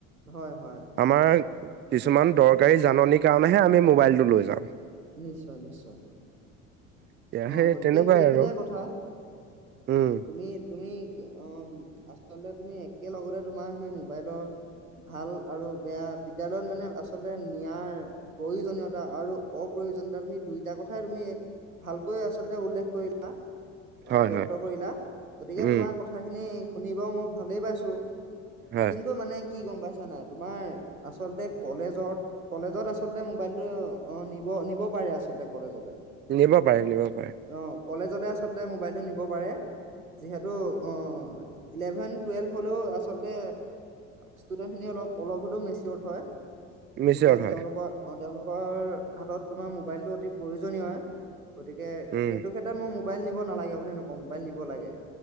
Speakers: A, on the right; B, on the right.
A: হয়, হয়।
B: আমাৰ কিছুমান দৰকাৰী জাননীৰ কাৰণেহে আমি মোবাইলটো লৈ যাওঁ।
A: নিশ্চয়, নিশ্চয়।
B: এতিয়া
A: অঁ,
B: সেই
A: গতিকে
B: তেনেকুৱাই
A: সেইখিনিয়ে
B: আৰু
A: কথা, অঁ,
B: উম
A: তুমি তুমি অ, আচলতে তুমি একেলগতে তোমাৰ সেই মোবাইলৰ ভাল আৰু বেয়া, বিদ্যালয়ত মানে আ আচলতে নিয়াৰ প্ৰয়োজনীয়তা আৰু অপ্ৰয়োজনীয়তা তুমি দুইটা কথাই তুমি ভালকৈ আচলতে উল্লেখ কৰিলা,
B: হয়
A: ব্যক্ত
B: হয়
A: কৰিলা, গতিকে
B: উম
A: তোমাৰ কথা কথাখিনি শুনি বাৰু মই ভালেই পাইছোঁ।
B: হয়
A: কিন্তু মানে কি গম পাইছা নাই! তোমাৰ আচলতে কলেজত কলেজত আচলতে মোবাইলটো অ, নিব, নিব পাৰে আচলতে কলেজলে।
B: নিব পাৰে, নিব পাৰে।
A: অঁ, কলেজলৈ আচলতে মোবাইলটো নিব পাৰে। যিহেতু অঁ ইলেভেন, টুৱেল্ভ হ'লেও আচলতে ষ্টুডেন্ট খিনি অলপ- অলপ হ'লেও মেচিয়ৰ হয়। গতিকে
B: নিশ্চয় হয়
A: তেওঁলোকৰ অ, তেওঁলোকৰ হাতত তোমাৰ মোবাইলটো অতি প্ৰয়োজনীয়। গতিকে
B: উম
A: সেইটো ক্ষেত্ৰত মই মোবাইল নিব নালাগে বুলি নকওঁ, মোবাইল নিব লাগে।